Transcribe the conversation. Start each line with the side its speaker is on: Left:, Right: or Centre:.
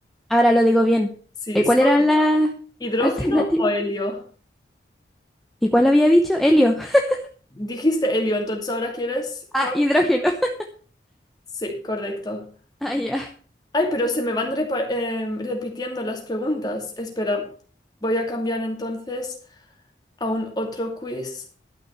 Centre: ahora lo digo bien.
Left: Sí,
Centre: Eh,
Left: ¿sol,
Centre: ¿cuál era la
Left: hidrógeno
Centre: alternativa?
Left: o helio?
Centre: ¿Y cuál había dicho? Helio. <laughs>
Left: Dijiste helio, entonces ahora quieres cuál?
Centre: Ah, hidrógeno. <laughs>
Left: Sí, correcto.
Centre: Ah, ya.
Left: Ay, pero se me van repa- em, repitiendo las preguntas. Espera, voy a cambiar entonces a un otro quiz.